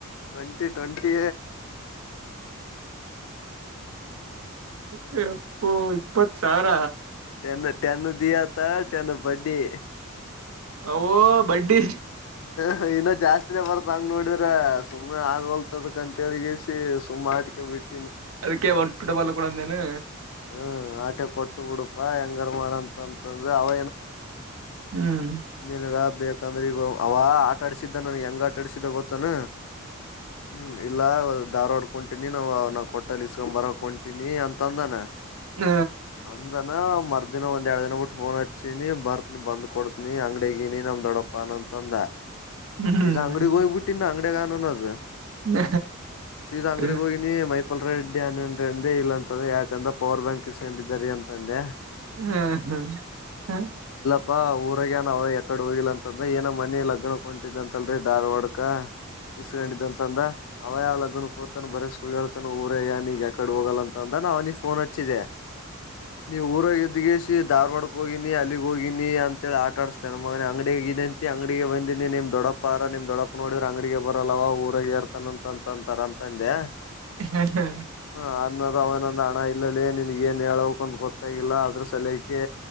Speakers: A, on the left (about 65°); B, on the right (about 75°).
A: ಟ್ವೆಂಟಿ ಟ್ವೆಂಟಿ
B: ಹ ಅಪ್ಪೋ ಇಪ್ಪತ್ ಸಾವಿರ
A: ಟೆನ್ ಟೆನ್ ದಯತಾ ಟೆನ್ ಬಡಿ
B: ೋ ಬಡ್ಡಿ
A: ಹ ಇನ್ನ ಜಾಸ್ತಿನೇ ಬರುತ್ತ ಹಂಗ ನೋಡಿದ ್ರ ಸುಮ್ನೆ ಆಗಲ್ತದಂತಗಸ ಸುಮ್ಮ್ ಆಟಿಕೆ ಬಿಟ್ಟ
B: ಅದಕ್ಕೆ ಒಂದು ಪುಟಬಲ್ಲ ಕೂಡಂದೇನು
A: ಹ್ಮ ಆಟೆ ಕೊಟ್ಟು ಬಿಡುಪಾ ಹೆಂಗಾರ ಮಾಡಂತಂತಂದ್ರ ಅವ
B: ಹ್ಮ್
A: ನನ್ಗ ಬೇಕಂದ್ರೆ ಈಗ ಅವ ಆಟಾಡ್ಸಿದ್ದ ನನ್ಗೆ ಹೆಂಗ ಆಟ ಆಡ್ಸಿದ್ದ ಗೊತ್ತಾನ ಹ್ಮ್ ಇಲ್ಲ ಧಾರ್ವಾಡ್ಕಂತೀಿನಿ ನಾ್ ಅವ ನ ಕೊಟ್ಟಲ್ಲಿ ಇಸ್ಕೊಂಡ್ ಬರಕಂತೀಿನಿ ಅಂತಂದನ
B: ಹ
A: ಅಂದನ ಮ ಅರ್ ದಿನ ಒಂದ ಎರಡು ದಿನ ಬಿಟ್ಟು ಫೋನ್ ಹಚ್ಚಿನಿ ಬರ್ತನಿ ಬಂದ್ ಕೊಡ್ತನಿ ಅಂಗ್ಡಿಗಿನಿ ನಮ್ ದೊಡಪ್ಪ ಅನ ಅಂತಂದ ಸೀತಾ
B: ಹ್ಮ್
A: ಅಂಗಡಿ ಗೋಳಬುಟ್ಟಿ ನ ಅಂಗಡ ಗಾನೋ ನಜ
B: ಹ
A: ಸೀತಾ ಅಂಗಡಿಗ
B: ಹ
A: ಹೋಗಿನಿ ಮೈಪಲ್ ರೆಡ್ಡಿ ಏನನ್ಂದೆ ಇಲ್ಲ ಅಂತದ ಯಾಕಂದ್ರ ಪವರ್ ಬ್ಯಾಂಕ್ ಇ ಹಂಡ ರ ಅಂತಂದೆ
B: ಹ್ಮ್ ಹ್ಮ್ ಹ್ಮ
A: ಅಪ್ಪಾ ಊರಾಗನ ಅವ ಎಕಡೆ ಹೋಗಿಿಲ್ಲ ಅಂತಂದ್ರ ಏನ ಮನಿ ಲಗ್ಣ ಕೊಂಟಿದ ಅಂತಲ್ರರಿ ಧಾರ್ವಾಡಕ ಬಿಸಕೊಂಡಿದ್ದಂತಂದ ಅವಯಾಲಗ್ನ ಕೋತನ್ನು ಬರೆಸ ಸುಳ್ಳಳ್ತಾನ ಊರಗ ನೀಗ ಯಕಡೆ ಹೋಗಲ್ಲ ಅಂದ ನಾವ್ನಿಗೆ ಫೋನ್ ಹಚ್ಚಿದ್ದೆ ನೀವು ಊರಾಗ ಎದ್ಗಸಿ ಧಾರ್ವಾಡ ಹೋಗಿನಿ ಅಲ್ಲಿಗೆ ಹೋಗಿನನಿ ಅಂತೇಳಿ ಆಟ ಆಡಸ್ತಾನ ಮನ ಅಂಗಡಿಗೆಂತಿ ಅಂಗಡಿಗೆ ಬಂದ ನೀ ನಿಮ್ ದೊಡಪ್ಪ ಆರ ನಿಮ್ ದೊಡಪ್ಪ ನೋಡ್ರ ಅಂಗಡಿಗೆ ಬರಲ್ಲವ ಊರಾಗ ಇರ್ತಾನ ಅಂತ ಅಂತ ಅಂತಾರಂತ ತಂದೆ
B: ಹ್ಮ್
A: ಹ ಅದನ ಅವನೊಂದ ಹಣ ಇಲ್ಲಲ್ಲಿ ನಿಿನಗೆ ಹೇಳಕ್ ಅಂತ ಗೊತ್ತಾಗಿಲ್ಲ ಸಲಕೆ